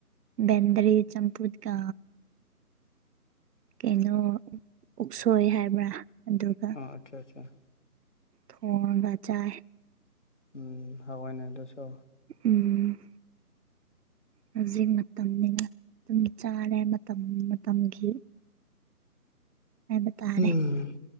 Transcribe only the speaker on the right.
ꯕꯦꯟꯗ꯭ꯔꯤ ꯆꯝꯐꯨꯠꯀꯥ ꯀꯩꯅꯣ ꯎꯛꯁꯣꯏ ꯍꯥꯏꯕ꯭ꯔꯥ ꯑꯗꯨꯒ
ꯊꯣꯡꯉꯒ ꯆꯥꯏ
ꯎꯝ ꯍꯧꯖꯤꯛ ꯃꯇꯝꯅꯤꯅ ꯑꯗꯨꯒꯤ ꯆꯥꯔꯦ ꯃꯇꯝ ꯃꯇꯝꯒꯤ ꯍꯥꯏꯕ ꯇꯥꯔꯦ